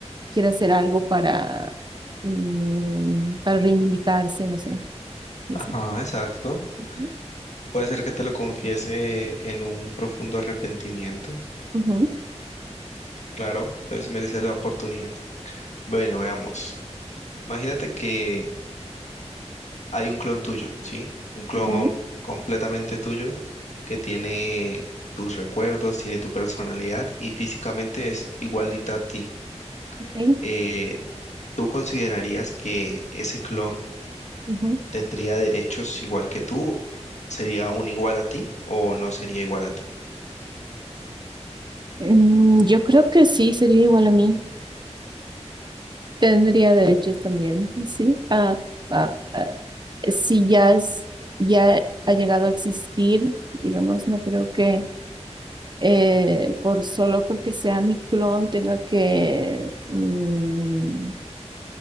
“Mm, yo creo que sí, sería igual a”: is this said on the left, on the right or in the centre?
Right